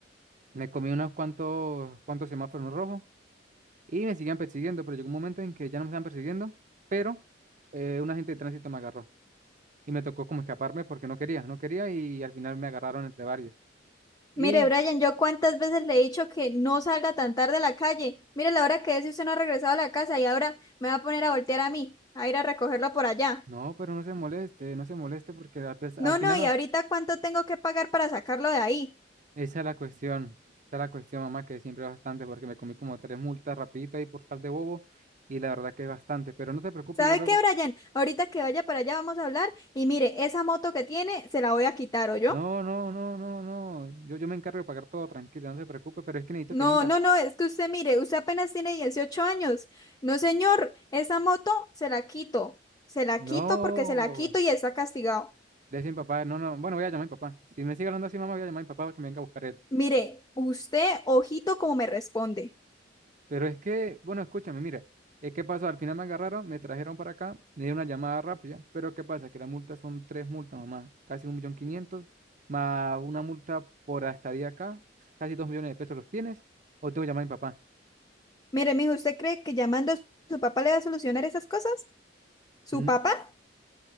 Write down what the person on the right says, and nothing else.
Me comí unos cuantos, cuantos semáforos rojos y me seguían persiguiendo, pero llegó un momento en que ya no me estaban persiguiendo, pero eh, un agente de tránsito me agarró y me tocó como escaparme porque no quería, no quería y al final me agarraron entre varios. Y
no, pero no se moleste, no se moleste porque al, pes- al
final
o-
esa es la cuestión, esa es la cuestión, mamá, que siempre es bastante porque me comí como tres multas rapidito ahí por tal de bobo y la verdad que es bastante, pero no te preocupes,
yo luego
No, no, no, no, no. Yo, yo me encargo de pagar todo, tranquilo, no se preocupe, pero es que necesito
que vengas.
No,
le decía a mi papá, no, no. Bueno, voy a llamar a mi papá. Si me sigue hablando así, mamá, voy a llamar a mi papá para que me venga a buscar él.
Pero es que, bueno, escúchame, mira. es que pasó, al final me agarraron, me trajeron para acá, me dieron una llamada rápida, pero ¿qué pasa? Que las multas son tres multas, mamá, casi un millón quinientos, más una multa por la estadía acá, casi dos millones de pesos los tienes, o tengo que llamar a mi papá.
Mm,